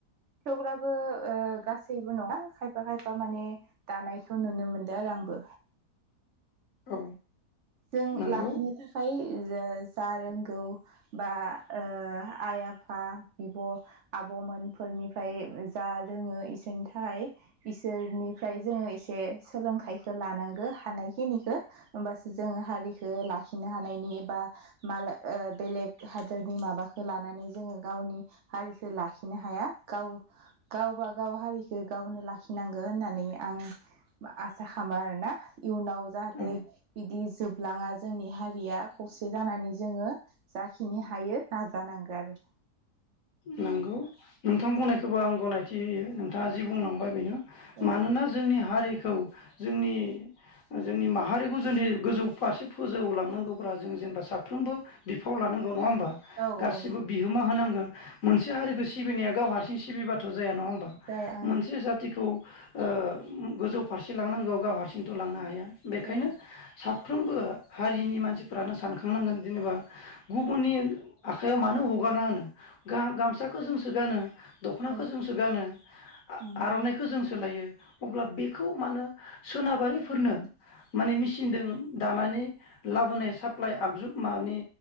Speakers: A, on the right; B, on the left.
A: थेवब्लाबो ओ गासैबो नङा खायफा खायफा माने दानायखौ नुनो मोनदों आरो आंबो
B: औ।
A: जों
B: नंगौ
A: लाखिनो थाखाय जो जा रोंगौ बा ओ आइ आफा बिब' आब' मोनफोरनिफ्राय जा रोङो इसोरनि थाखाय इसोरनिफ्राय जोङो एसे से सोलोंथाइखो लानांगो हानायखिनिखौ होमबास जों हारिखो लाखिनो हानायनि बा मालाय ओ बेलेग हारि नि माबाखौ लानानै जोङो गावनि हारिखो लाखिनो हाया गाव गावबा गाव हारिखो गावनो लाखिनांगौ होननानै आं आसा खामो आरोना। इउनाव जाहाथे
B: औ
A: जोबलाङा जोंनि हारिया खौसे जानानै जोङो जाखिनि हायो नाजानांगो आरो।
B: नोंगौ नोंथां बुंनायखौबो आं गनायथि होयो नोंथाङा जि बुंलांबाय बेनो
A: औ
B: मानोना जोंनि हारि खौ जोंनि जोंनि माहारिखौ जुदि गोजौ फारसे फोजौलांनांगौब्ला जों जेनेबा साफ्रोमबो बिफाव लानांगौ नङा होम बा
A: औ
B: गासिबो
A: औ
B: बिहोमा होनांगोन। मोनसे हारिखौ सिबिनाया गाव हारसिं सिबिबाथ' जाया नङा होमबा
A: जाया औ
B: मोनसे जाथिखौ ओ गोजौ फारसे लांनांगौ गाव हारसिंथ' लांनो हाया। बेखायनो
A: औ
B: साफ फ्रोमबो हारिनि मानसिफ्रानो सानखांनांगोन जेनेबा गुबुननि आखायाव मानो हगारना होनो। गा गामसाखौ जों सो गानो। दख'नाखौ
A: औ
B: जोंसो गानो
A: औ
B: आर'नाइखौ जोंसो लायो अब्ला बेखौ मानो सोनाबारिफोरनो माने मेचिनदों दानानै लाबोनाय साप्लाइ आगजु माने